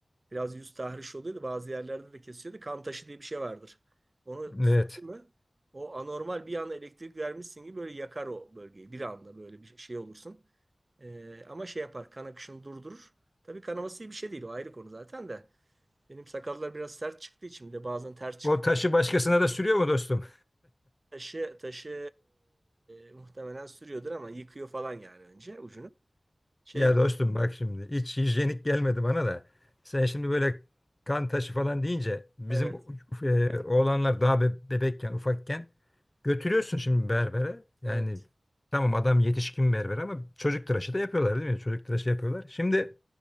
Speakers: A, on the right; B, on the left.
A: Biraz yüz tahriş oluyordu bazı yerlerde de kesiyordu kan taşı diye bir şey vardır. Onu
B: Evet.
A: sürdün mü o anormal bir anda elektrik vermişsin gibi böyle yakar o bölgeyi bir anda böyle bir şey olursun. E, ama şey yapar kan akışını durdurur. Tabii kanaması iyi bir şey değil. O ayrı konu zaten de. Benim sakallar biraz sert çıktığı için bir de bazen ters çıkıyor.
B: O taşı başkasına da sürüyor mu dostum?
A: Taşı taşı eee, muhtemelen sürüyordur ama yıkıyor falan yani önce ucunu. Şey
B: Ya
A: bir-
B: dostum bak şimdi hiç hijyenik gelmedi bana da. Sen şimdi böyle kan taşı falan deyince bizim
A: evet
B: e, oğlanlar daha be- bebekken, ufakken götürüyorsun şimdi berbere. Yani
A: evet
B: tamam adam yetişkin berber ama çocuk tıraşı da yapıyorlar değil mi? Çocuk tıraşı yapıyorlar. Şimdi